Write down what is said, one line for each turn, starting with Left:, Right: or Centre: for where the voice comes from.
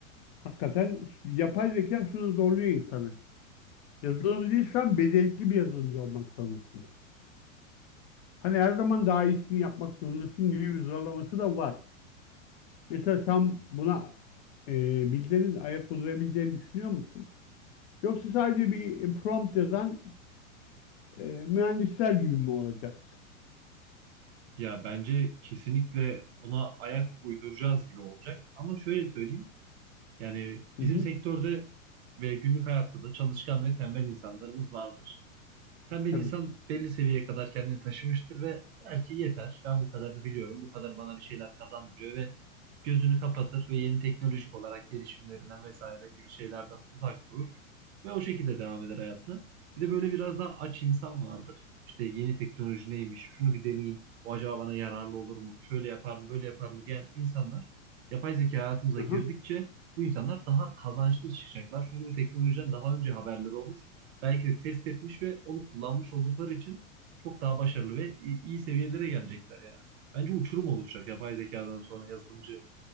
Left: Hakikaten yapay zeka şunu zorluyor insanı. Yazılımcıysan becerikli bir yazılımcı olmak zorundasın. Hani her zaman daha iyisini yapmak zorundasın gibi bir zorlaması da var. Mesela sen buna e, Bill'lerin ayak uydurabileceğini düşünüyor musun? Yoksa sadece bir prompt yazan e, mühendisler gibi mi olacağız?
Right: Ya bence kesinlikle buna ayak uyduracağız gibi olacak. Ama şöyle söyleyeyim. Yani
Left: Hı
Right: bizim
Left: hı,
Right: sektörde ve günlük hayatta da çalışkan ve tembel insanlarımız vardır. Tembel
Left: tabii.
Right: insan belli seviyeye kadar kendini taşımıştır ve der ki yeter ben bu kadarını biliyorum. Bu kadar bana bir şeyler kazandırıyor ve gözünü kapatır ve yeni teknolojik olarak gelişimlerinden vesaire gibi şeylerden uzak durur. Ve o şekilde devam eder hayatına. Bir de böyle biraz daha aç insan vardır. İşte yeni teknoloji neymiş, şunu bir deneyeyim, bu acaba bana yararlı olur mu, şöyle yapar mı, böyle yapar mı diyen insanlar yapay zeka hayatımıza
Left: Aha.
Right: girdikçe bu insanlar daha kazançlı çıkacaklar. Çünkü bu teknolojiden daha önce haberleri olmuş belki de test etmiş ve onu kullanmış oldukları için çok daha başarılı ve i- iyi seviyelere gelecekler yani. Bence uçurum oluşacak yapay zekadan sonra yazılımcı